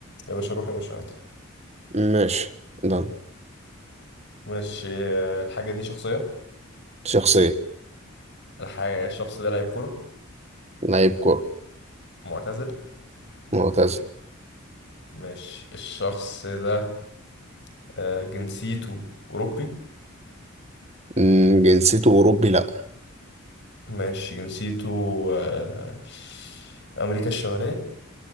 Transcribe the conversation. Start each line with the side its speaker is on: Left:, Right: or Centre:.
Left: يا باشا روح يا باشا عادي
Right: ماشي ده
Left: ماشي آه، الحاجه دي شخصيه
Right: شخصية
Left: الحاجه الشخص ده لعيب كوره
Right: لعيب كورة
Left: معتزل
Right: معتزل
Left: ماشي الشخص ده آه، جنسيته اوروبي
Right: مم، جنسيته أوروبي لأ
Left: ماشي جنسيته آه، امريكا الشماليه